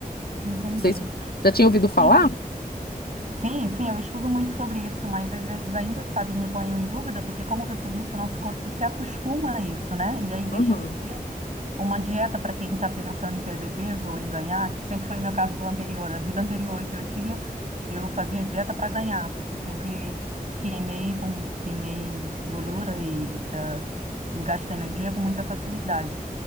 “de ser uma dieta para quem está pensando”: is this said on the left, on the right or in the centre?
Right